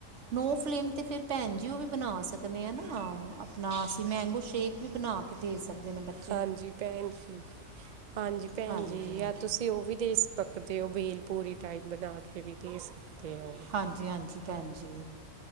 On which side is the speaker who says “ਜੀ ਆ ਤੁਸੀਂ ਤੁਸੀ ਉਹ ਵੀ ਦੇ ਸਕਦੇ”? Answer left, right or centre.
Right